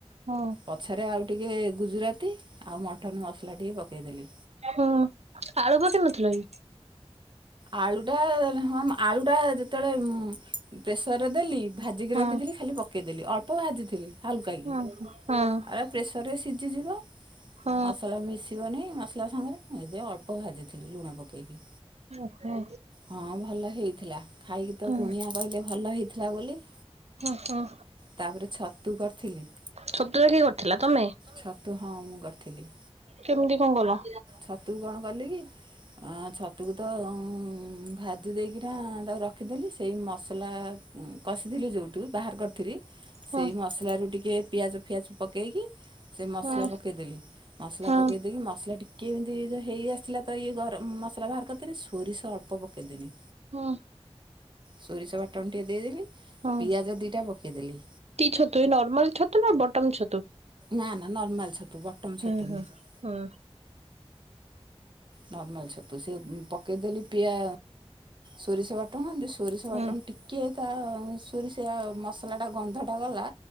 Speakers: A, on the right (about 85°); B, on the right (about 45°).
A: ହଁ
B: ପଛରେ ଆଉ ଟିକେ ଗୁଜୁରାତି ଆଉ ମଟନ୍ ମସଲା ଟିକେ ପକାଇଦେଲି।
A: ହୁଁ ଆଳୁ <unintelligible> ଥିଲ କି?
B: ଆଳୁଟା ହଁ ଆଳୁଟା ଯେତେବେଳେ ପ୍ରେସରରେ ଦେଲି। ଭାଜିକି
A: ହଁ
B: ରଖିଥିଲି ଖାଲି ପକେଇଦେଲି ଅଳ୍ପ ଭାଜିଥିଲି ହାଲୁକା
A: ହଁ
B: କି
A: ହଁ
B: ଆ ପ୍ରେସର ରେ ସିଝିଯିବ
A: ହଁ
B: ମସଲା ମିଶିବନି ମସଲା ସାଙ୍ଗରେ ଏ ଅଳ୍ ଳ୍ପ ଖାଇଦେଲି ଥିଲି ଲୁଣ ପକେଇକି।
A: ଓହଁ।
B: ହଁ ଭଲ ହେଇଥିଲା ଖାଇକି ତ
A: ହୁଁ
B: କୁଣିଆ କହିଲେ ଭଲ ହେଇଥିଲା ବୋଲି।
A: ହଁ ହଁ।
B: ତାପରେ ଛତୁ କରିଥିଲି।
A: ଛତୁଟା କିଏ କରିଥିଲା ତମେ?
B: ଛତୁ ହଁ ମୁଁ କରିଥିଲି।
A: କେମତି କଣ କଲ?
B: ଛତୁକୁ କଣ କଲି କି ଅ ଛତୁକୁ ତ ମୁଁ ଭାଜି ଦେଇକିନା ତାକୁ ରଖିଦେଲି ସେଇ ମସଲା କଷିଥିଲି ଯେଉଁଠୁ ବାହାର କରିଥିଲି
A: ହଁ
B: ସେଇ ମସଲାରୁ ଟିକି ପିଆଜ ଫିଆଜ ପକେଇକି ସେ ମସଲା
A: ହଁ
B: ପକେଇଦେଲି ମସଲା
A: ହଁ
B: ପକେଇଦକି ମସଲା ଟିକ କେମିତି ତ ହେଇ ଆସିଲଥିଲା ତ ଇଏ ଗରମ ମସଲା ବାହାର କରିଦେନି ସୋରିଷ ଅଳ୍ପ ପକେଇଦେନି।
A: ହଁ।
B: ସୋରିଷ ବାଟଣ ଟିକେ ଦେଇଦେଲି
A: ହଁ
B: ପିଆଜ ଦୁଇଟା ପକେଇଦେଲି
A: କି ଛତୁ ଏଇ ନର୍ମଲ ତୁ ନା ବଟମ ଛତୁ?
B: ନା ନା ନର୍ମଲ ଛତୁ ବଟମ ଛତୁ
A: ହୁଁ ହୁଁ
B: ନୁହେଁ।
A: ହୁଁ
B: ନର୍ମାଲ ଛତୁ ସେ ବି ପକାଇଦେଲି ପିଆ ସୋରିଷ ବାଟନ ଏମତି ସୋରିଷ
A: ହୁଁ
B: ବାଟନ ଟିକ କିଏ ତା ସୁରି ସେ ମସଲା ଟା ଗନ୍ଧ ଟା ଗଲା